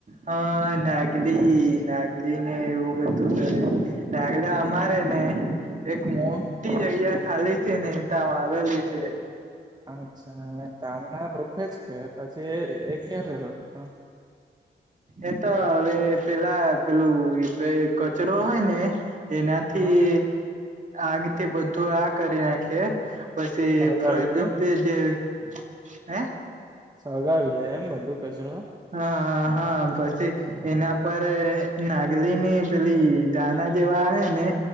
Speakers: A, on the right; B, on the right.
A: હા નાગલી નાગલી ને એવું બધું કરે ડાગલે અમારે ને એક મો
B: હમ
A: ટી જગ્યા ખાલી છે ને, તા વાવેલી છે.
B: અચ્છા એ તામણા રોપે જ કે પછી એ ક્યારે રોપ હા
A: એ તો હવે પેલા પેલું એતો એ કચરો હોય ને એનાથી
B: હા
A: આગ થી બધું આ કરી નાખે. પછી
B: સળગાવી
A: પ્રદુપ્તિ
B: દે
A: જેવી, હે
B: સગાવી દે એમ બધું કચરો?
A: હા હા પછી
B: હા
A: એના પર એ નાગલી ની પેલી દાના જેવા આવે ને